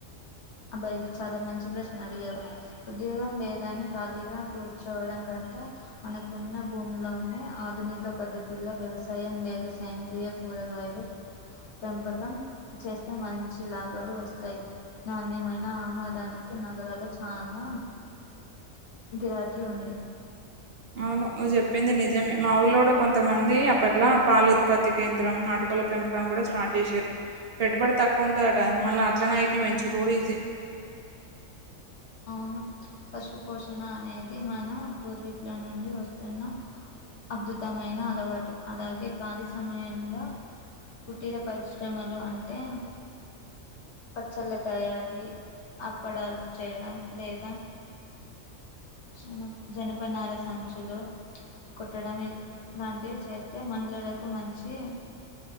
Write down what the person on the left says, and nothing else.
అబ్బా ఇది చాలా మంచి ప్రశ్న అడిగారు ఉద్యోగం లేదాని ఖాళీగా కూర్చోవడం కంటే అంటే మనకున్న భూమిలో ఉనే ఆధునిక పద్ధతుల్లో వ్యవసాయం లేదా సైంద్రయ కూరగాయలు పెంపకం చేస్తే మంచి లాభాలు వస్తాయి నాణ్యమైన ఆహారానికి నగరాల చానా గిరాకీ ఉంది
అవును పశు పోషణ అనేది మన పూర్వీకుల నుండి వస్తున్న అద్భుతమైన అలవాటు అలాగే ఖాళీ సమయంలో కుటీర పరిశ్రమలు అంటే పచ్చళ్ళ తయారీ అప్పడాలు చేయడం లేదా జన జనపనాల సంచులు కుట్టడం లాంటివి చేస్తే మహిళలకు మంచి